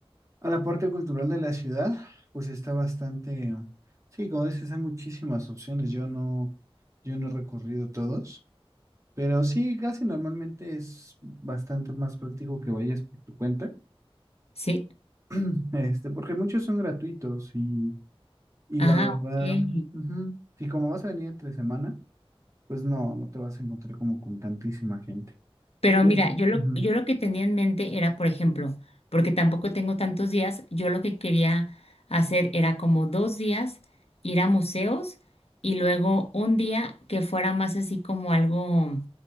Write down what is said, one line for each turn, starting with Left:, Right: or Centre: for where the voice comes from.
Right: a la parte cultural de la ciudad, pues está bastante. Sí, como dices, hay muchísimas opciones. Yo no, yo no he recorrido todos, pero sí, casi normalmente es bastante más práctico que vayas por tu cuenta,
Left: Sí.
Right: <clears throat> este, porque muchos son gratuitos y, y
Left: Ah,
Right: la verdad,
Left: ok.
Right: ujú, Si como vas a venir entre semana. Pues no, no te vas a encontrar como con tantísima gente.
Left: Pero
Right: Ujú.
Left: mira, yo lo,
Right: Ujú.
Left: yo lo que tenía en mente era, por ejemplo, porque tampoco tengo tantos días, yo lo que quería hacer era como dos días ir a museos y luego un día que fuera más así como algo